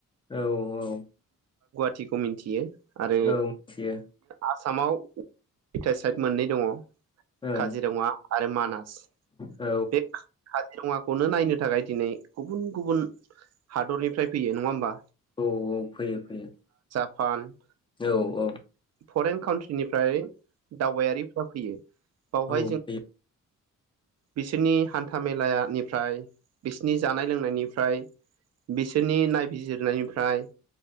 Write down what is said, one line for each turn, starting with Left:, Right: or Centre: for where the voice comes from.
Left: औ औ
Right: खौ मिन्थियो। आरो
Left: औ मिथियो
Right: आसामाव पेटसाइड मोननै दङ।
Left: ओं
Right: काजिरङा आरो मानास
Left: औ
Right: बे काजिरङाखौ खौनो नायनो थाखाय दिनै गुबुन गुबुन हा हादरनिफ्राय फैयो नङा होमबा?
Left: औ औ फैयो फैयो।
Right: फान
Left: औ औ।
Right: फरेन काउट्रिनिफ्राय दावबायारिफ्रा फैयो। बावहाय
Left: औ
Right: जों
Left: दे
Right: बिसोरनि हान्था मेलानिफ्राय बिसोरनि जानाय लोंनायनिफ्राय बिसोरनि नायबिजिरनायनिफ्राय